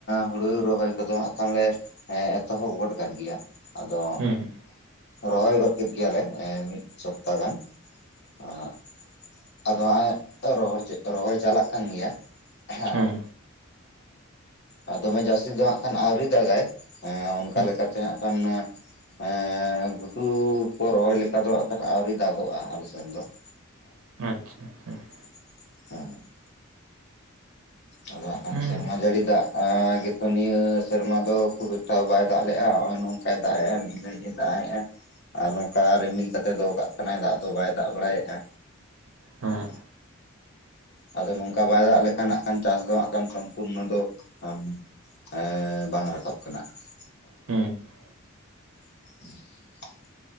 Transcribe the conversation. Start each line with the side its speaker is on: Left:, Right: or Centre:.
Left: ᱦᱩᱲᱩ ᱨᱚᱦᱚᱭ ᱠᱚᱫᱚ ᱦᱟᱹᱜ ᱠᱷᱟᱱ ᱞᱮᱼᱼ ᱦᱮᱸ ᱮᱛᱚᱦᱚᱵ ᱜᱚᱫ ᱟᱠᱟᱫ ᱜᱮᱭᱟ ᱟᱫᱚᱼᱼ
Right: ᱦᱩᱸ
Left: ᱨᱚᱦᱚᱭ ᱜᱚᱫ ᱠᱮᱫ ᱜᱮᱭᱟᱞᱮ ᱢᱤᱫ ᱥᱚᱯᱛᱟ ᱜᱟᱱ ᱟᱨ ᱟᱫᱚ ᱦᱟᱸᱜ-ᱟᱭ ᱛᱚ ᱨᱚᱦᱚᱲ ᱪᱮᱫᱛᱚ ᱨᱚᱦᱚᱭ ᱪᱟᱞᱟᱜ ᱠᱟᱱ ᱜᱮᱭᱟ ᱦᱮᱸ᱾
Right: ᱦᱩᱸ
Left: ᱟᱨ ᱫᱚᱢᱮ ᱡᱟᱹᱥᱛᱤ ᱫᱚ ᱦᱟᱹᱜ ᱠᱷᱟᱱ ᱟᱹᱣᱨᱤ ᱫᱟᱜᱟᱭ᱾ ᱦᱮᱸ ᱚᱱᱠᱟ
Right: ᱦᱩᱸ
Left: ᱞᱮᱠᱟᱛᱮ ᱦᱟᱹᱜ ᱠᱷᱟᱱᱮ ᱮᱸᱜ ᱜᱷᱩᱴᱩ ᱠᱚ ᱨᱚᱦᱚᱭ ᱞᱮᱠᱟ ᱫᱚ ᱦᱟᱸᱜ ᱠᱷᱟᱱ ᱟᱹᱣᱨᱤ ᱫᱟᱜᱚᱜᱼᱟ ᱟᱞᱮ ᱥᱮᱱ ᱫᱚ᱾ <unintelligible>
Right: ᱟᱪᱪᱷᱟ ᱟᱪᱪᱷᱟ ᱾
Left: <unintelligible> ᱟᱫᱚ ᱦᱟᱸᱜ ᱠᱷᱟᱱ
Right: ᱦᱩᱸ
Left: ᱥᱮᱨᱢᱟ ᱡᱟᱹᱲᱤ ᱫᱟᱜ ᱮᱸᱜ ᱜᱮᱛᱚ ᱱᱤᱭᱟᱹ ᱥᱮᱨᱢᱟ ᱫᱚ ᱠᱷᱩᱵ ᱮᱠᱴᱟ ᱵᱟᱭ ᱫᱟᱜ ᱞᱮᱜᱼᱟ ᱱᱚᱜ ᱚᱭ ᱱᱚᱝᱠᱟᱭ ᱫᱟᱜ ᱮᱜᱼᱟ ᱢᱤ ᱫᱜᱷᱟᱤᱡ ᱮ ᱫᱟᱜ ᱮᱜᱼᱟ᱾ ᱟᱨ ᱱᱚᱝᱠᱟ ᱨᱤᱢᱤᱞ ᱠᱟᱛᱮᱫ ᱫᱚᱦᱚ ᱠᱟᱜ ᱠᱟᱱᱟᱭ ᱫᱟᱜ ᱫᱚ ᱵᱟᱭ ᱫᱟᱜ ᱵᱟᱲᱟᱭᱮᱜᱼᱟ᱾
Right: ᱦᱮᱸ
Left: ᱚ ᱟᱫᱚ ᱱᱚᱝᱠᱟ ᱵᱟᱭ ᱫᱟᱜ ᱞᱮᱠᱷᱟᱱᱼᱼ ᱠᱷᱟᱱ ᱪᱟᱥ ᱫᱚ ᱦᱟᱹᱜ ᱠᱟᱱ ᱥᱚᱢᱯᱩᱨᱱᱚ ᱫᱚ ᱚᱦᱚ ᱮᱸᱻ ᱵᱟᱝ ᱨᱟᱠᱟᱵ ᱠᱟᱱᱟ ᱟᱨᱠᱤ᱾
Right: ᱦᱩᱸ
Left: <inaudible>